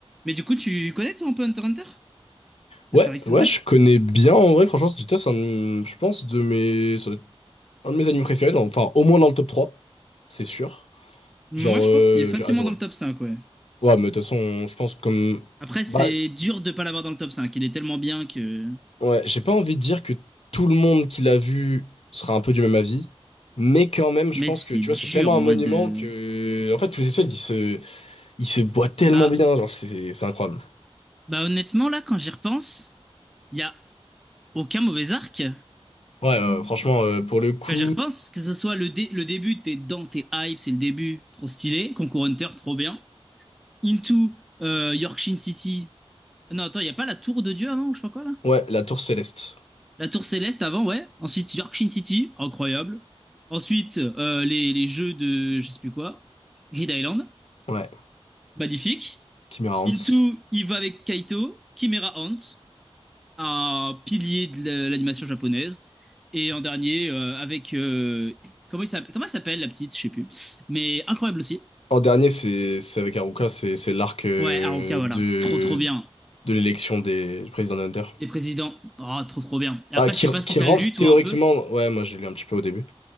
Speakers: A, in the centre; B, on the left (about 70°).
A: Mais du coup, tu connais toi un peu Hunter x Hunter?
B: Ouais,
A: Hunter x
B: ouais,
A: Hunter?
B: je connais bien en vrai, franchement, Studio Toss, c'est un, de- je pense, de mes, ça doit être un de mes animes préférés, dans- enfin, au moins dans le top 3, c'est sûr.
A: Moi,
B: Genre,
A: je
B: euh,
A: pense qu'il est facilement
B: j'ai adoré.
A: dans le top cinq, ouais.
B: Ouais, mais de toute façon, je pense comme.
A: Après, c'est
B: Bah,
A: dur de pas l'avoir dans le top 5. Il est tellement bien que.
B: ouais, j'ai pas envie de dire que tout le monde qui l'a vu sera un peu du même avis, mais quand même, je
A: Mais
B: pense
A: c'est
B: que, tu
A: dur
B: vois, c'est tellement
A: en
B: un monument
A: vrai de.
B: que. En fait, tous les épisodes, ils se, ils se boivent tellement
A: Bah,
B: bien, genre, c'est c'est- c'est incroyable.
A: bah honnêtement, là, quand j'y repense, il y a aucun mauvais arc.
B: Ouais, euh, franchement, euh, pour le coup,
A: Quand j'y repense, que ce soit le, dé- le début, t'es dans, t'es hype, c'est le début, trop stylé. Concours Hunter, trop bien. Into euh, Yorkshire City. Non, attends, il n'y a pas la tour de Dieu avant, ou je sais pas quoi là?
B: ouais, la Tour Céleste.
A: La Tour Céleste avant, ouais. Ensuite, York Shin City, incroyable. Ensuite, euh, les, les jeux de je sais plus quoi. Grid Island,
B: Ouais,
A: magnifique.
B: Kimira Hans.
A: Into, il va avec Kaito. Chimera Hunt, un pilier de la- l'animation japonaise. Et en dernier, euh, avec. euh, comment, il s'appelle, comment elle s'appelle la petite Je sais plus. Mais incroyable aussi.
B: En dernier, c'est c'est avec Haruka, c'est c'est l'arc euh,
A: Ouais, Haruka, voilà.
B: de
A: Trop, trop bien.
B: de l'élection des du président Hunter.
A: Des présidents. Oh, trop, trop bien. Et après,
B: Ah, qui,
A: je sais pas si
B: qui
A: t'as
B: rentre
A: lu, toi,
B: théoriquement.
A: un peu.
B: Ouais, moi j'ai lu un petit peu au début.